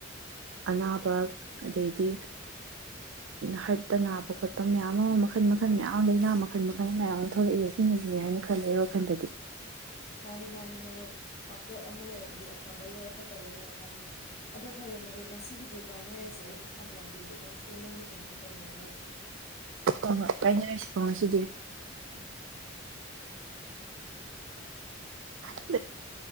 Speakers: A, on the right; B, on the left.
A: ꯑꯅꯥꯕ ꯑꯗꯩꯗꯤ ꯍꯔꯠꯇ ꯅꯥꯕ ꯈꯣꯠꯄ ꯃꯌꯥꯝ ꯑꯃ ꯃꯈꯜ ꯃꯈꯜ ꯃꯌꯥꯝ ꯑꯃ ꯂꯩꯅꯥ ꯃꯈꯜ ꯃꯈꯜ ꯃꯌꯥꯝ ꯑꯃ ꯊꯣꯛꯂꯛꯏꯁꯦ ꯁꯤꯅꯁꯨꯅꯦ ꯍꯥꯏꯅ ꯈꯜꯂꯦ ꯋꯥꯈꯜꯗꯗꯤ
B: ꯃꯥꯅꯤ ꯃꯥꯅꯤ ꯃꯥ ꯔꯣꯛ ꯄꯣꯠ ꯑꯃ ꯂꯩꯔꯕꯗꯤ ꯑꯐꯕ ꯂꯩ ꯑꯐꯠꯇꯕ ꯂꯩ ꯍꯥꯏꯗꯨꯅꯤ ꯑꯗꯣ ꯐꯔꯦ ꯃꯔꯨꯞ ꯉꯁꯤꯒꯤꯗꯤ ꯀꯥꯏꯅꯔꯁꯦ ꯑꯩꯁꯨ ꯊꯝꯂꯒꯦ ꯅꯪꯁꯨ ꯅꯪꯒꯤ ꯊꯕꯛꯛꯇꯨ ꯇꯧꯖꯔꯔꯣꯏ
A: ꯍꯣꯏ ꯍꯣꯏ ꯄꯥꯏꯅꯔꯁꯤꯀꯣ ꯉꯁꯤꯗꯤ
B: ꯎꯝ
A: <inaudible>